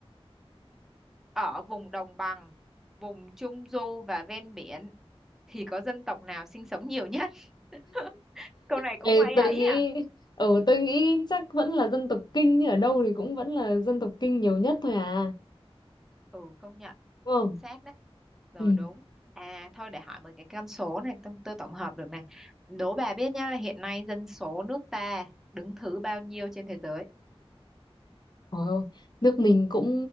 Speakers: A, in the centre; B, on the left.
A: ở vùng đồng bằng, vùng trung du và ven biển thì có dân tộc nào sinh sống nhiều nhất? <laughs> Câu này cũng
B: Ê,
A: ấy
B: tôi
A: ấy
B: nghĩ
A: à?
B: ừ tôi nghĩ chắc vẫn là dân tộc Kinh ở đâu thì cũng vẫn là dân tộc Kinh nhiều nhất thôi à
A: Ừ, công nhận.
B: đúng không
A: Chính xác đấy. Rồi
B: ừ
A: đúng. À thôi để hỏi một cái con số này tôi, tôi tổng hợp được này. Đố bà biết nhá là hiện nay dân số nước ta đứng thứ bao nhiêu trên thế giới?
B: Ôi, ôi, nước mình cũng